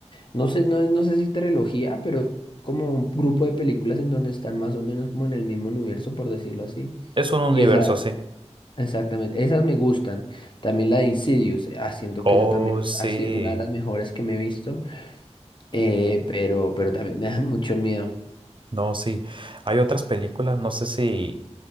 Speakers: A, on the left; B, on the right.
A: No sé, no, no sé si trilogía, pero como un grupo de películas en donde están más o menos como en el mismo universo, por decirlo así.
B: Es un universo
A: Y esa,
B: así.
A: exactamente, esas me gustan. También la de Insidious, eh, ah, siento
B: Oh,
A: que esa también
B: sí.
A: ha sido una de las mejores que me he visto, eh, pero, pero también me da mucho miedo.
B: No, sí. Hay otras películas, no sé si